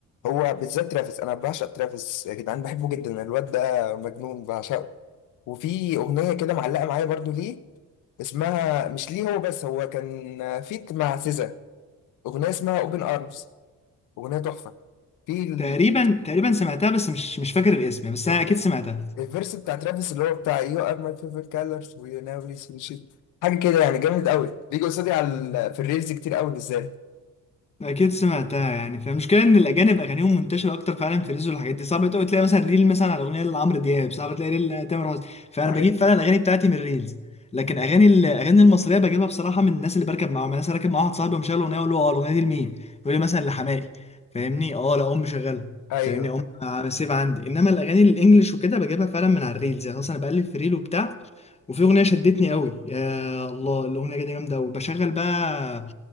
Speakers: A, on the left; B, on the left.
A: هو بالذات ترافيس انا بعشق ترافيس يا جدعان بحبه جدا الواد ده مجنون بعشقه وفي اغنيه كده معلقه معايا برضو ليه اسمها مش ليه هو بس هو كان فيت مع سيزا اغنيه اسمها اوبن ارمز اغنيه تحفه في ال-
B: تقريبا تقريبا سمعتها بس مش مش فاكر الاسم بس
A: الفيرس
B: انا اكيد سمعتها
A: الفيرس بتاع ترافيس اللي هو بتاع يو ار ماي فيفورت كالرز ويو نيفر سين شيت حاجه كده يعني جامد قوي بيجي قصادي على ال- في الريلز كتير قوي بالذات
B: اكيد سمعتها يعني فالمشكله ان الاجانب اغانيهم منتشره اكتر فعلا في الريلز والحاجات دي صعب قوي تلاقي مثلا ريل مثلا على اغنيه لعمرو دياب صعب تلاقي ريل لتامر حسني فانا
A: أيوه
B: بجيب فعلا الاغاني بتاعتي من الريلز لكن اغاني الاغاني المصريه بجيبها بصراحه من الناس اللي بركب معاهم الناس راكب مع واحد صاحبي ومشغل اغنيه اقول له اه الاغنيه دي لمين يقول لي مثلا لحماقي فاهمني اه لا ام مشغلها
A: أيوه
B: فاهمني ام على سيف عندي انما الاغاني الانجليش وكده بجيبها فعلا من على الريلز يعني مثلا بقلب في ريل وبتاع وفي اغنيه شدتني قوي يا الله الاغنيه دي جامده قوي بشغل بقى